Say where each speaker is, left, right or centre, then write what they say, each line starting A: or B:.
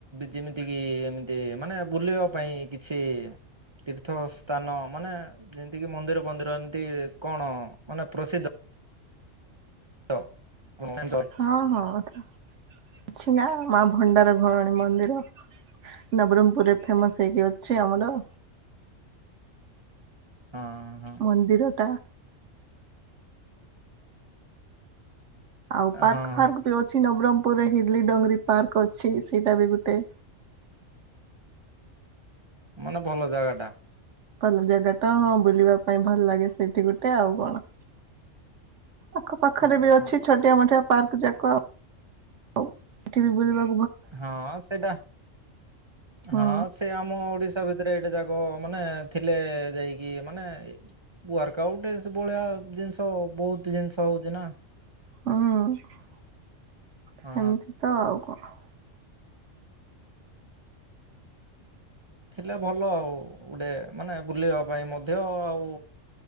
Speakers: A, on the right; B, on the right.
A: ଯେମିତି କି ଏମିତି ମାନେ ବୁଲିବା ପାଇଁ କିଛି ତୀର୍ଥ ସ୍ଥାନ ମାନେ ଯେମିତି କିି ମନ୍ଦିର ମନ୍ଦିର ଏମିତି କଣ ମାନେ ପ୍ରସିଦ୍ଧ ତ <unintelligible>
B: ହଁ ହଁ ତ ଅଛି ନା ମା ଭଣ୍ଡାର ଘରଣୀ ମନ୍ଦିର। ନବରଙ୍ଗପୁରରେ ଫେମସ ହେଇକି ଅଛି ଆମର।
A: ହଁ।
B: ମନ୍ଦିର ଟା। ଆଉ ପାର୍କ
A: ହଁ
B: ଫାର୍କ
A: ହଁ।
B: ବି ଅଛି ନବରଙ୍ଗପୁରରେ ହିିଲ ଡଙ୍ଗରି ପାର୍କ ଅଛି ସେଇଟା ବି ଗୋଟେ
A: ମାନେ ଭଲ ଜାଗା ଟା।
B: ଭଲ ଜାଗା ଟା ହଁ ବୁଲିବା ପାଇଁ ଭଲ ଲାଗେ ସେଇଠି ଗୋଟେ ଆଉ କଣ ଆଖ ପାଖରେ
A: ହଁ
B: ବି ଅଛି
A: ହଁ।
B: ଛୋଟିଆ ମୋଟିଆ ପାର୍କ ଯାକ ଆଉ ଉ ଏଠି ବି ବୁଲିବା
A: ହଁ ସେଇଟା
B: ହୁଁ
A: ହଁ ସେ ଆମ ଓଡିଶା। ଷ ଭିତରେ ଏଇଟେ ଯାକ ମାନେ ଥିଲେ ଯାଇକି ମାନେ ୱାର୍କ ଆଉଟ ଭଳିଆ ଜିନିଷ ବହୁତ ଜିନିଷ ହଉଛି ନା
B: ହୁଁ
A: ହଁ
B: ସେମିତି ତ ଆଉ କଣ?
A: ଥିଲେ ଭଲ ଆଉ ଗୋଟେ ମାନେ ବୁଲିବା ପାଇଁ ମଧ୍ୟ ଆଉ